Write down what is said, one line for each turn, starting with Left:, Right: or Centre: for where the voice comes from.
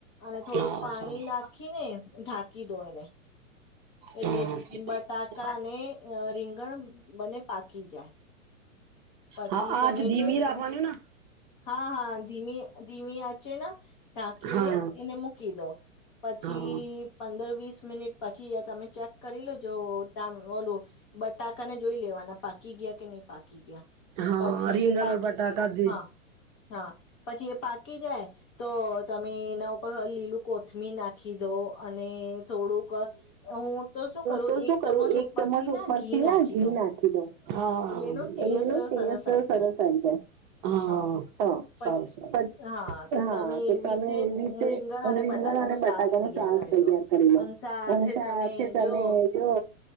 Left: અને થોડુંક
Right: હા હા
Left: પાણી
Right: સારું
Left: નાખીને ઢાંકી દો એને એટલે
Right: હા
Left: બટાક કા અને અ રીંગણ બને પાકી જાય પછી
Right: હા આંચ
Left: તમે
Right: ધીમી
Left: જોઈ લો
Right: રાખવાની ને
Left: હા હા ધીમી તીમી આ છે ના. ઢાંકીને
Right: હા
Left: એને મૂકી દો પછી
Right: હા
Left: પંદર વીસ. મિનિટ પછી તમે ચેક કરી લોજ ટ ઓલું બટાકાને જોઈ લેવાના પાકી ગયા કે નહી પાકી. ગયા
Right: હા
Left: પછી
Right: રીંગણ
Left: પાકી
Right: બટાકા દી
Left: હા હા પછી પાકી જાય તો તમે એના ઉપર લીલું કોથમી નાખી દો અ અને થોડુંક હું તો શું કરું
Right: તો
Left: એક
Right: શું કરું
Left: ચમચ
Right: એક
Left: ઉપરથી
Right: ચમચ
Left: ના
Right: ઉપરથી
Left: ઘી નાખી
Right: ના ઘી
Left: દઉં.
Right: નાખી દઉં. એટલે
Left: એટલે એનો ટેસ્ટ
Right: એનો ટેસ્ટ
Left: સરસ આઈ
Right: સરસ
Left: જાય
Right: આવી જાય. હા
Left: હા પછ
Right: સારું સારું.
Left: હા તો
Right: હા
Left: તમે
Right: તો
Left: એવી રીતે
Right: તમે એવી રીતે
Left: રીંગણ અને
Right: રીંગણ
Left: બટાકાનું
Right: અને
Left: શાક
Right: બટાકાનું
Left: તૈયાર
Right: શાક
Left: કરી
Right: તૈયાર
Left: લો
Right: કરી લો.
Left: અને સાથે
Right: અને સાથે
Left: તમે
Right: તમે
Left: જો
Right: જો